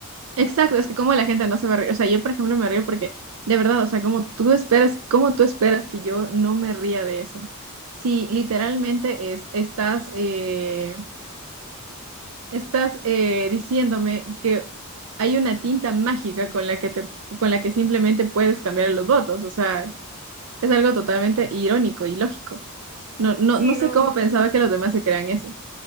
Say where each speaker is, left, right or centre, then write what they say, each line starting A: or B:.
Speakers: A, on the right; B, on the right.
A: Exacto, es que como la gente no se va a reír, o sea, yo por ejemplo me río porque de verdad, o sea, como tú esperas, como tú esperas que yo no me ría de eso. Si literalmente es, estás, eh, estás eh, diciéndome que hay una tinta mágica con la que te, con la que simplemente puedes cambiar los votos, o sea, es algo totalmente irónico y lógico. No, no,
B: Sí,
A: no sé
B: no.
A: cómo
B: no.
A: pensaba que los demás se crean eso.